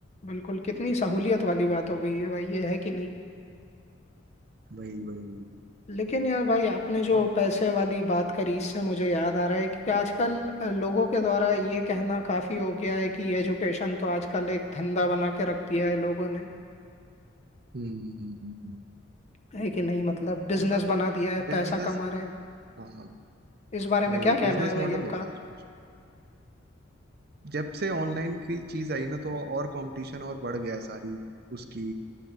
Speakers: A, on the left (about 35°); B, on the right (about 50°).
A: बिल्कुल कितनी सहूलियत वाली बात हो गई है भाई ये है कि नहीं
B: वही वही वही
A: लेकिन यार भाई आपने जो
B: और
A: पैसे वाली बात करी इससे मुझे याद आ रहा है कि आजकल अ, लोगों के द्वारा ये कहना काफी हो गया है कि एजुकेशन तो आजकल एक धंधा बना के रख दिया है लोगों ने
B: हम्म हम्म हम्म हम्म।
A: है कि नहीं मतलब बिजनेस
B: मतलब अब
A: बना दिया है
B: बिजनेस
A: पैसा कमा रहे हैं
B: हाँ हाँ
A: इस बारे में
B: वही
A: क्या कहना
B: बिजनेस
A: है भाई
B: मॉडल
A: आपका
B: हो गया जब से ऑनलाइन की चीज आई ना तो और कंपटीशन और बढ़ गया है सारी उसकी